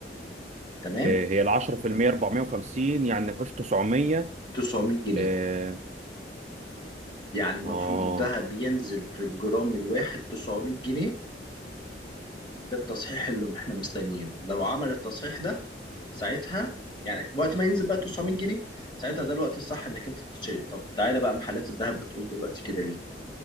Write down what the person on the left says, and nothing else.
تمام؟
900 جنيه
يعني المفروض
الذهب ينزل في الجرام الواحد 900 جنيه ده التصحيح اللي احنا مستنيينه لو عمل التصحيح ده ساعتها يعني وقت ما ينزل بقى 900 جنيه ساعتها ده الوقت الصح انك انت تشتري طب تعالى بقى محلات الذهب بتقول دلوقتي كده ليه